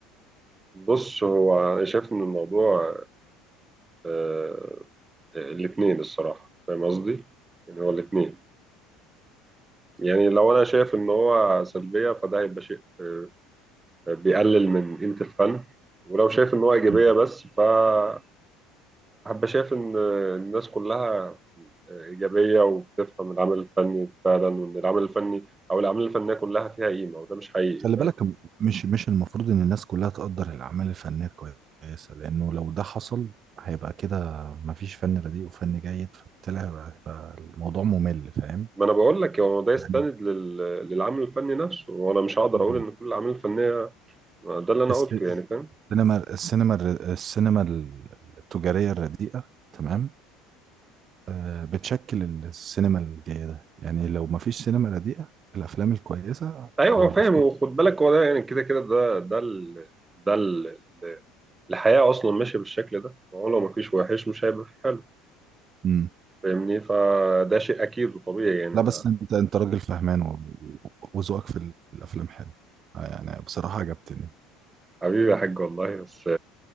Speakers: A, on the right (about 20°); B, on the right (about 45°).
A: بص هو أنا شايف إن الموضوع آه، آه، الاتنين الصراحة فاهم قصدي؟ يعني هو الاتنين يعني لو أنا شايف إن هو سلبية فده هيبقى شيء آه، بيقلل من قيمة الفن ولو شايف إن هو إيجابية
B: مم.
A: بس فهبقى شايف إن آه، الناس كلها آه، إيجابية وبتفهم العمل الفني فعلا وإن العمل الفني أو الأعمال الفنية كلها فيها قيمة وده مش حقيقي
B: خلي
A: فاهم؟
B: بالك م- مش مش المفروض إن الناس كلها تقدر الأعمال الفنية كويسة لأنه لو ده حصل هيبقى كده مفيش فن رديء وفن جيد فبالتالي هيبقى هيبقى الموضوع ممل فاهم؟
A: ما أنا بقول لك هو ده يستند
B: يعني
A: لل- للعمل الفني نفسه وأنا مش هقدر
B: يعني
A: أقول إن كل الأعمال الفنية ده اللي انا
B: الس-
A: قلته يعني فاهم
B: السينما السينما الر- السينما التجارية الرديئة تمام آه، بتشكل السينما الجيدة يعني لو ما فيش سينما رديئة الأفلام الكويسة
A: ايوه
B: أو
A: هو
B: الأفكار
A: فاهم وخد بالك هو ده يعني كده كده ده ده ال... ده ال... الحياه اصلا ماشيه بالشكل ده هو لو مفيش وحش مش هيبقى في حلو
B: مم.
A: فاهمني فده شيء اكيد وطبيعي يعني
B: لا
A: ما
B: بس أنت أنت راجل فهمان و- و- وذوقك في ال- في الأفلام حلو آه، يعني بصراحة عجبتني
A: حبيبي يا حاج والله بس